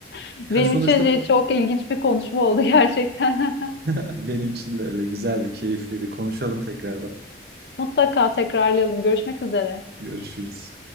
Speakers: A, on the left; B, on the right.
A: <laughs> Benim
B: Ya sonuçta
A: için e, çok ilginç bir konuşma oldu gerçekten.
B: <laughs> benim için de öyle güzeldi, keyifliydi. Konuşalım tekrardan.
A: <laughs> Mutlaka tekrarlayalım. Görüşmek üzere.
B: Görüşürüz.